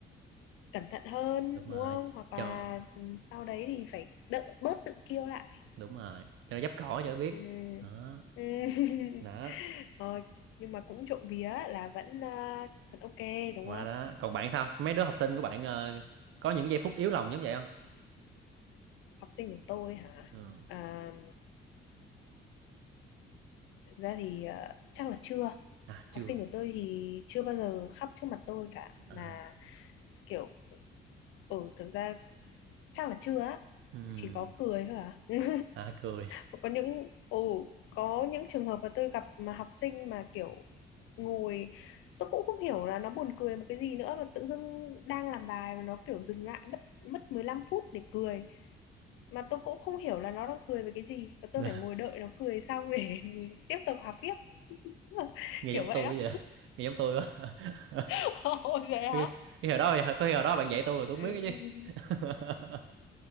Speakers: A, on the left; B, on the right.
A: cẩn thận hơn
B: đúng rồi
A: đúng không hoặc là
B: cho
A: ừ, sau đấy thì phải đỡ bớt tự kiêu lại
B: đúng rồi cho nó dấp cỏ cho nó biết
A: ừ.
B: đó
A: Ừ. <laughs>
B: đó
A: Ờ, nhưng mà cũng trộm vía là vẫn à, vẫn ok đúng
B: qua
A: không
B: đó còn bạn sao mấy đứa học sinh của bạn ờ, có những giây phút yếu lòng giống vậy không
A: học sinh của tôi hả
B: ừ.
A: à, thực ra thì à, chắc là chưa
B: à
A: học
B: chưa
A: sinh của tôi thì chưa bao giờ khóc trước mặt tôi cả
B: à,
A: mà kiểu ừ thực ra chắc là chưa á
B: ừm,
A: chỉ có cười thôi à <laughs>
B: à cười
A: có những ồ có những trường hợp mà tôi gặp mà học sinh mà kiểu ngồi tôi cũng không hiểu là nó buồn cười một cái gì nữa mà tự dưng đang làm bài mà nó kiểu dừng lại mất mất 15 phút để cười mà tôi cũng không hiểu là nó đang cười về cái gì và tôi
B: <laughs>
A: phải ngồi đợi nó cười xong để <laughs> tiếp tục học tiếp <laughs>
B: nghe
A: kiểu
B: giống
A: vậy
B: tôi
A: đó
B: vậy nghe giống tôi quá <laughs>
A: <laughs> Ôi vậy hả?
B: cái cái hồi đó có khi hồi đó bạn dạy tôi rồi tôi
A: Ừ.
B: không biết cái chứ <laughs>